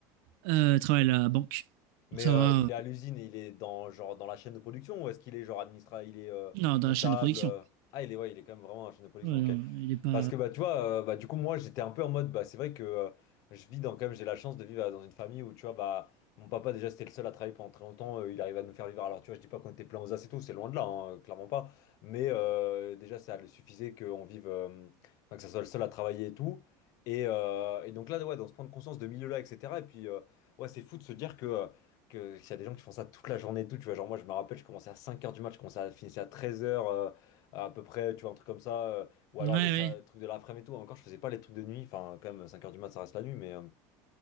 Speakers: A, on the right; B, on the left.
A: euh, elle travaille à la banque.
B: Mais
A: Donc ça
B: euh,
A: va.
B: il
A: euh,
B: est à l'usine et il est dans, genre, dans la chaîne de production ou est-ce qu'il est genre administrateur, il est euh,
A: non, dans
B: comptable
A: la chaîne de production.
B: euh, Ah, il est, ouais, il est quand même vraiment dans la chaîne de production,
A: Ouais,
B: ok.
A: non, il est pas.
B: Parce que bah tu vois, euh, bah du coup moi j'étais un peu en mode bah c'est vrai que euh, je vis dans quand même j'ai la chance de vivre euh, dans une famille où tu vois bah mon papa déjà c'était le seul à travailler pendant très longtemps, euh, il arrivait à nous faire vivre. Alors tu vois, je dis pas qu'on était plein aux as et tout, c'est loin de là, hein, euh, clairement pas. Mais euh, déjà ça le suffisait qu'on vive, euh, enfin que ça soit le seul à travailler et tout. Et, euh, et donc là ouais, donc se prendre conscience de milieu-là, etc. Et puis euh, ouais c'est fou de se dire que euh, que qu'il y a des gens qui font ça toute la journée et tout, tu vois. Genre moi je me rappelle, je commençais à cinq heures du match, je commençais à finissais à treize heures euh, à peu près, tu vois, un truc comme ça. euh, ou alors
A: Ouais,
B: les sé-
A: ouais.
B: trucs de l'après-midi et tout. Encore, je faisais pas les trucs de nuit. Enfin, quand même, cinq heures du mat, ça reste la nuit, mais, euh,